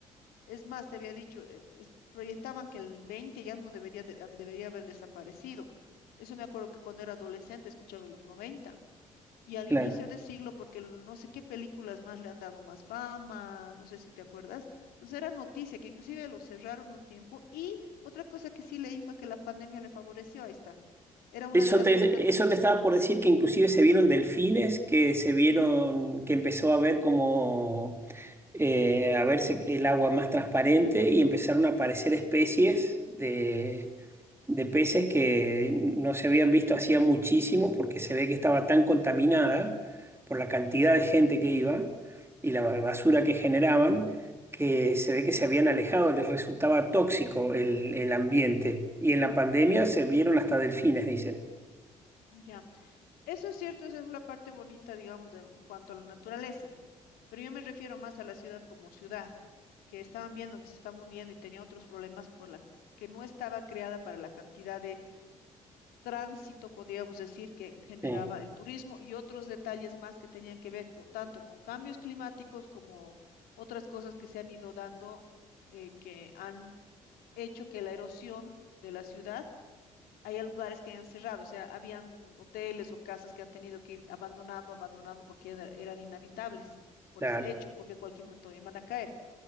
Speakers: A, on the left; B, on the right.
A: es más, te había dicho, eh, es- proyectaban que el 20 ya no debería, de- debería haber desaparecido. Eso me acuerdo que cuando era adolescente escuchaba en los 90 y al
B: claro.
A: inicio de siglo, porque el- no sé qué películas más le han dado más fama, no sé si te acuerdas. Entonces era noticia que inclusive lo cerraron un tiempo y otra cosa que sí leí fue que la pandemia le favoreció, ahí está. Era una
B: Eso
A: de las
B: te,
A: cosas que... han tra-
B: eso te estaba por decir que inclusive se vieron delfines, que se vieron, que empezó a ver como eh, a verse el agua más transparente y empezaron a aparecer especies de, de peces que no se habían visto hacía muchísimo porque se ve que estaba tan contaminada por la cantidad de gente que iba y la basura que generaban, que se ve que se habían alejado, les resultaba tóxico el, el ambiente. Y en la pandemia se vieron hasta delfines, dicen.
A: Ya. Eso es cierto, esa es la parte bonita, digamos, de, en cuanto a la naturaleza, pero yo me refiero más a la ciudad como ciudad, que estaban viendo que se estaba hundiendo y tenía otros problemas por la que no estaba creada para la cantidad de tránsito, podríamos decir, que generaba
B: Sí.
A: el turismo y otros detalles más que tenían que ver con, tanto con cambios climáticos como otras cosas que se han ido dando, eh, que han hecho que la erosión de la ciudad hay lugares que han cerrado, o sea, habían hoteles o casas que han tenido que ir abandonando, abandonando porque era- eran inhabitables por
B: Claro,
A: ese hecho, porque cualquier momento iban a caer.